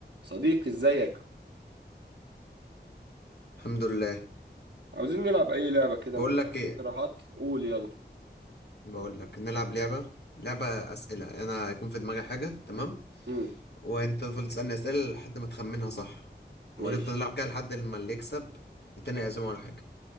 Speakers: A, on the right; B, on the left.
A: صديقي ازيك
B: الحمد لله
A: عاوزين نلعب اي لعبة كده
B: بقول
A: ما عندك
B: لك ايه
A: اقتراحات قول يلا
B: بقول لك نلعب لعبة لعبة أسئلة انا هيكون في دماغي حاجة تمام
A: امم
B: وانت تفضل تسألني أسئلة لحد ما تخمنها صح ونفضل
A: ماشي
B: نلعب كده لحد ما اللي يكسب التاني يعزمه على حاجة